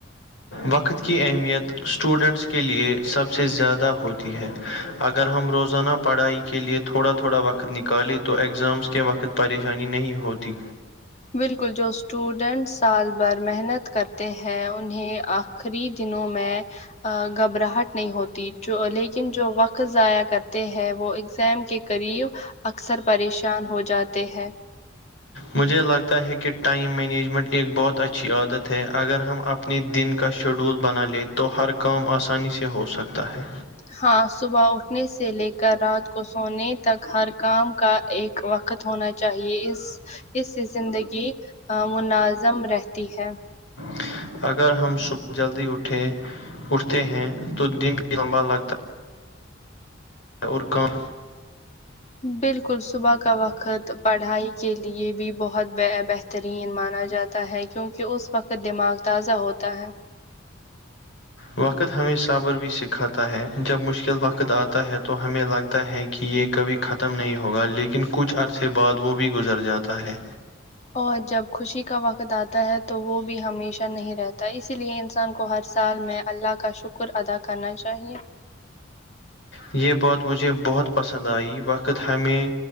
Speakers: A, on the left; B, on the left.
A: وقت کی اہمیت اسٹوڈنٹس کے لیے سب سے زیادہ ہوتی ہے اگر ہم روزانہ پڑھائی کے لیئے تھوڑا تھوڑا وقت نکالیں تو اگزامس کے وقت پریشانی نہیں ہوتی
B: بالکل جو اسٹوڈنٹ سال بھر محنت کرتے ہیں انہیں آخری دنوں میں گھبراہٹ نہیں ہوتی جو لیکن جو وقت ضائع کرتے ہیں وہ ایگزام کے قریب اکثر پریشان ہو جاتے ہیں
A: مجھے لگتا ہے کہ ٹائم مینجمنٹ ایک بہت اچھی عادت ہے اگر ہم اپنے دن کا شیڈول بنا لیں تو ہر کام آسانی سے ہو سکتا ہے
B: ہاں صبح اٹھنے سے لے کر رات کو سونے تک ہر کام کا ایک وقت ہونا چاہیے اس اس سے زندگی مناظم رہتی ہے
A: <inaudible> اگر ہم صبح جلدی اٹھیں اٹھتے ہیں تو دن بھی لمبا لگتا ہے اور کہاں
B: بالکل صبح کا وقت پڑھائی کے لیے بھی بہت ب بہترین مانا جاتا ہے کیونکہ اس وقت دماغ تازہ ہوتا ہے
A: وقت ہمیں صابر بھی سکھاتا ہے جب مشکل وقت آتا ہے تو ہمیں لگتا ہے کہ یہ کبھی ختم نہیں ہوگا لیکن کچھ عرصے بعد وہ بھی گزر جاتا ہے
B: اور جب خوشی کا وقت آتا ہے تو وہ بھی ہمیشہ نہیں رہتا اسی لئے انسان کو ہر سال میں اللہ کا شکر ادا کرنا چاہیئے
A: یہ بات مجھے بہت پسند آئی وقت ہمیں